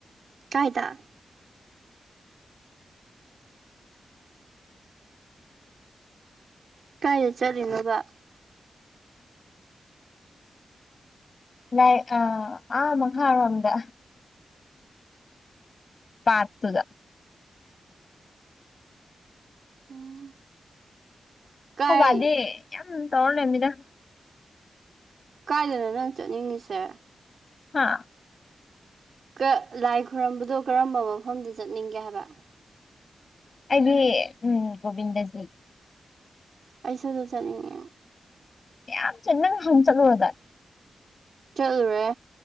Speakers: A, on the right (about 65°); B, on the left (about 45°).
A: ꯀꯥꯏꯗ ꯀꯥꯏꯗ ꯆꯠꯂꯤꯅꯣꯕ
B: ꯂꯥꯏ ꯑꯥ ꯑꯥ ꯃꯈꯥꯔꯣꯝꯗ ꯄꯥꯠꯇꯨꯗ
A: ꯎꯝ ꯀꯥꯏ
B: ꯈꯣꯕꯗꯤ ꯌꯥꯝ ꯇꯧꯔꯥꯂꯩꯔꯝꯅꯤꯗ
A: ꯀꯥꯏꯗꯅꯣ ꯅꯪ ꯆꯠꯅꯤꯡꯉꯤꯁꯦ
B: ꯍꯥꯥ
A: ꯀꯥ ꯂꯥꯏ ꯈꯣꯏꯔꯝꯕꯗꯣ ꯀꯔꯝꯕ ꯃꯐꯝꯗ ꯆꯠꯅꯤꯡꯒꯦ ꯍꯥꯏꯕ
B: ꯑꯩꯗꯤ ꯎꯝ ꯒꯣꯕꯤꯟꯗꯖꯤ
A: ꯑꯩꯁꯨꯗꯨ ꯆꯠꯅꯤꯡꯉꯦ
B: ꯌꯥꯝ ꯆꯠ ꯅꯪ ꯍꯪ ꯆꯠꯂꯨꯔꯗꯥꯏ
A: ꯆꯠꯂꯨꯔꯦ